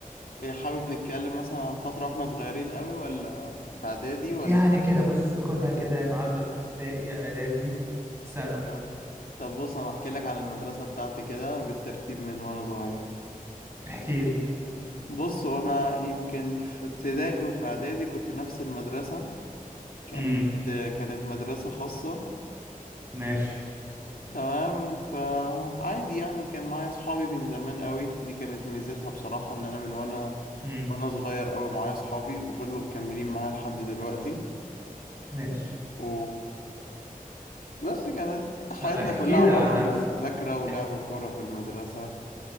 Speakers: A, on the left (about 80°); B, on the right (about 15°).
A: ايه حابب نتكلم مثلا عن فترة واحنا صغيرين قوي ولا في اعدادي ولا
B: يعني كده
A: ثانوي؟
B: بص خدها كده يا معلم ابتدائي إعدادي ثانوي
A: اه طب بص انا احكي لك عن المدرسة بتاعتي كده بالترتيب من وانا صغير
B: احكي لي
A: بص وانا يمكن في ابتدائي وفي اعدادي كنت نفس المدرسة كانت
B: امم
A: كانت مدرسة خاصة
B: ماشي
A: تمام فعادي يعني كان معايا صحابي من زمان قوي دي كانت ميزتها بصراحة ان انا من وانا
B: امم
A: وانا صغير قوي معايا صحابي وفضلوا مكملين معايا لحد دلوقتي
B: ماشي
A: و بس كانت حياتنا
B: طب احكي
A: كلها عبارة
B: لي عن
A: عن
B: نفسك
A: مذاكرة ولعب
B: إح-
A: كورة في المدرسة